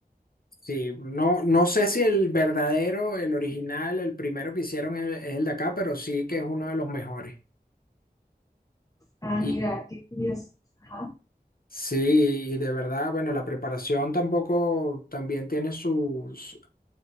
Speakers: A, on the left (about 65°); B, on the left (about 20°).
A: Sí, no, no sé si el verdadero, el original, el primero que hicieron es, es el de acá, pero sí que es uno de los mejores.
B: Ah,
A: Y
B: mira, qué curioso. Ajá,
A: sí, y de verdad, bueno, la preparación tampoco también tiene sus,